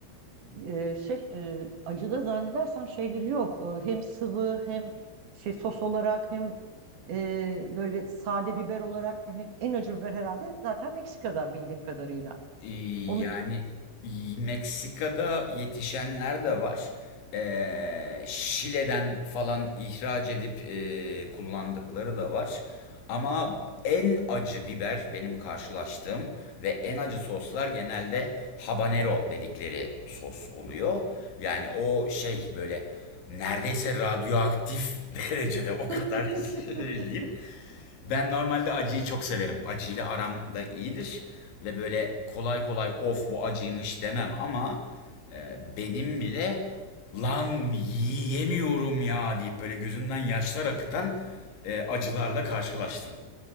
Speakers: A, on the right (about 55°); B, on the left (about 75°).
A: Ee, şey e, acıda zannedersem şeyleri yok. Ee, hem sıvı hem şey sos olarak hem e, böyle sade biber olarak yani en acı biber herhalde zaten Meksika'da bildiğim kadarıyla.
B: Ee,
A: Onu
B: Yani Meksika'da yetişenler de var. Ee, Şile'den falan ihraç edip e, kullandıkları da var. Ama en acı biber benim karşılaştığım ve en acı soslar genelde habanero dedikleri sos oluyor. Yani o şey böyle neredeyse radyoaktif <laughs> derecede o kadar
A: <laughs>
B: <laughs> söyleyeyim. Ben normalde acıyı çok severim. Acıyla aram da iyidir. Ve böyle kolay kolay of bu acıymış demem ama e, benim bile lan yiyemiyorum ya deyip böyle gözümden yaşlar akıtan e, acılarla karşılaştım.